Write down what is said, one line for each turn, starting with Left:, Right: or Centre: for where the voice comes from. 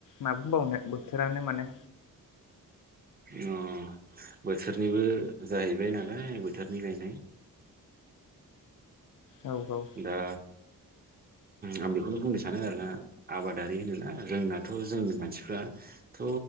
Left: मा बुंबावनो बोथोरानो माने
Right: अ बोथोरनिबो जाहैबाय नालाय बोथोरनि गायनाय।
Left: औ औ
Right: दा आं बेखौनो बुंनो सानो आरोना आबादारि होनोना जोंनाथ' जोंनि मानसिफ्राथ'